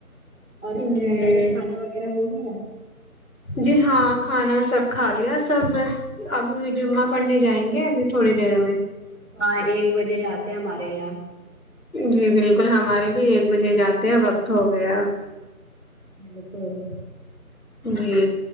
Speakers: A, on the right (about 50°); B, on the left (about 65°).
A: اور سرمایا
B: جی
A: کا کھانا وغیرہ ہو گیا <unintelligible>
B: جی ہاں کھانا سب کھا لیا سب بس اب جمعہ پڑھنے جائیں گے ابھی تھوڑی دیر میں <unintelligible>
A: ہاں ایک بجے جاتے ہیں ہمارے یہاں <unintelligible>
B: جی بالکل ہمارے بھی ایک بجے جاتے ہیں وقت ہو گیا اب <unintelligible>
A: ج پول <inaudible>
B: جی